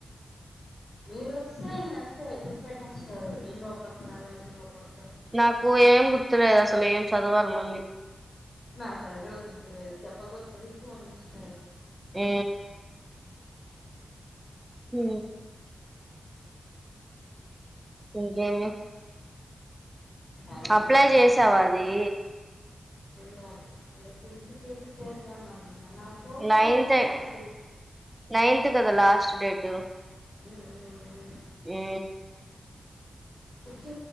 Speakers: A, on the left (about 55°); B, on the right (about 20°).
A: మీరు వస్తే ఇంకంతే కుచ్చపెట్టేస్తారు నిన్నోపక్క, <unintelligible> ఓపక్క
B: నాకు ఏం గుర్తులేదు అసలు ఏం చదవాలి మళ్ళీ
A: నా తెల్దు గుర్తులేదు చెప్పకపోతే పడిచ్చు అని ఇస్త
B: ఏ ఏ ఇంకేమి
A: అంతే
B: అప్లై చేసావా అదీ
A: యాలి రేప్ ఇంటికెళ్ళి చేద్దామని నా ఫొటో
B: నైన్త్
A: ఇంట్లో ఉంది
B: నైన్త్ కదా లాస్ట్ డేటూ
A: ఉమ్ ఉమ్ ఉమ్
B: ఊ
A: వచ్చి